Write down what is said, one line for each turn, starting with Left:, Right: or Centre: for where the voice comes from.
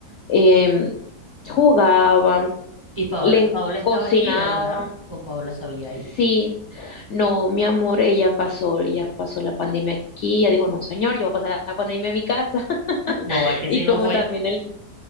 Left: em, jugaban,
Right: Y Paola,
Left: les
Right: Paola estaba
Left: cocinaban,
Right: aquí, ¿verdad? O Paola se había
Left: sí.
Right: ido.
Left: No, mi amor, ella pasó, ella pasó la pandemia aquí, ella dijo, no, señor, yo voy a pasar la pandemia en mi casa.
Right: Boba, que
Left: Y
Right: si
Left: como
Right: no fue.
Left: también el,